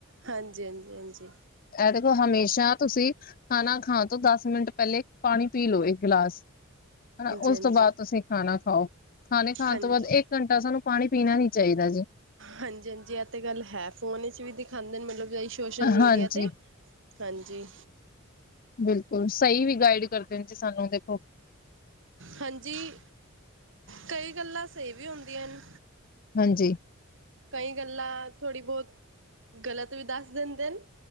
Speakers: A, on the right; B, on the left.
A: ਹਾਂਜੀ- ਹਾਂਜੀ- ਹਾਂਜੀ।
B: ਐ ਦੇਖੋ ਹਮੇਸ਼ਾ ਤੁਸੀਂ ਖਾਨਾ ਖਾਨ ਤੋਂ ਦਸ ਮਿੰਟ ਪੈਲੇ ਪਾਨੀ ਪੀ ਲੋ ਏ ਗਿਲਾਸ ਹਨਾ
A: ਹਾਂਜੀ
B: ਓਸ ਤੋਂ ਬਾਦ ਤੁਸੀਂ ਖਾਣਾ ਖਾਓ। ਖਾਣੇ ਖਾਣ
A: ਹਾਂਜੀ
B: ਤੋਂ ਬਾਦ
A: ਹਾਂਜੀ
B: ਇੱਕ ਘੰਟਾ ਸਾਨੂੰ ਪਾਣੀ ਪੀਣਾ ਨੀ ਚਾਈਦਾ ਜੀ।
A: ਹਾਂਜੀ ਹਾਂਜੀ ਐ ਤੇ ਗੱਲ ਹੈ ਫੋਨ ਵਿੱਚ ਵੀ ਦਿਖਾਂਦੇ ਮਤਲਬ ਸੋਸ਼ਲ ਮੀਡੀਆਂ
B: ਹਾਂਜੀ
A: ਤੇ ਹਾਂਜੀ।
B: ਬਿਲਕੁਲ ਸਈ ਵੀ ਗਾਈਡ ਕਰਦੇ ਨੇ ਜੀ ਸਾਨੂੰ ਦੇਖੋ।
A: ਹਾਂਜੀ ਕਈ ਗੱਲਾਂ ਸਈ ਵੀ ਹੁੰਦੀਆ ਨੇ।
B: ਹਾਂਜੀ
A: ਕਈ ਗੱਲਾ ਥੋੜ੍ਹੀ ਬੋਤ ਗਲਤ ਵੀ ਦੱਸ ਦਿੰਦੇ ਨੇ।